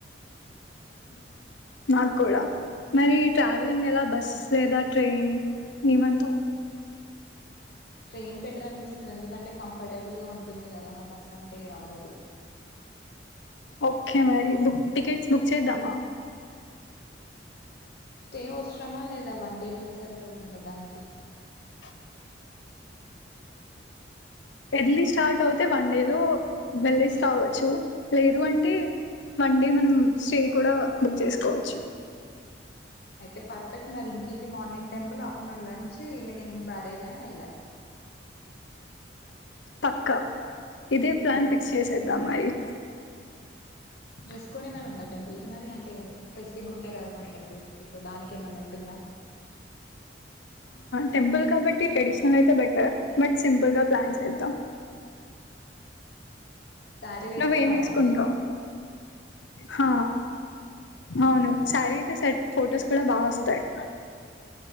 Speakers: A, on the left (about 80°); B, on the left (about 60°).
A: నాక్కూడా మరి ట్రావెలింగ్ ఏలా బస్ లేదా ట్రైన్ ఏమంటావు
B: ట్రైన్ బెటర్ అనిపిస్తుంది ఎందుకంటే కంఫర్టబుల్గా ఉంటుంది కదా బస్ అంటే అవ్వదు
A: ఓకే మరి బుక్ టికెట్స్ బుక్ చేద్దామా
B: స్టే అవసరమా లేదా వన్ డే ట్రిప్ సరిపోతుందా దానికి
A: <inaudible> ఎర్లి స్టార్ట్ అవుతే వన్ డే లో వెళ్లేసి రావచ్చు లేదు అంటే వన్ డే మనం స్టే కూడా బుక్ చేసుకోవచ్చు
B: అయితే పర్ఫెక్ట్ మరి ఇంకేంటి morning temple afternoon lunch evening barrage and island
A: పక్కా ఇదే ప్లాన్ ఫిక్స్ చేసేద్దాం మరి
B: డ్రెస్ కోడ్ ఏమైనా ఉందా టెంపుల్ కి మరి అంటే స్పెసిఫిక్గా ఉంటాయి కదా కొన్ని టెంపుల్స్ కి సో దానికి ఏమన్నా ఉంటుందా
A: టెంపుల్ కాబట్టి ట్రెడిషనల్ అయితే బెటర్ బట్ సింపుల్ గా ప్లాన్ చేద్దాం
B: శారీ వేసుకుందామా
A: నువ్వేం వేసుకుంటావు
B: మరి
A: హా అవును సారీ అయితే సెట్ ఫొటోస్ కూడా బాగా వస్తాయి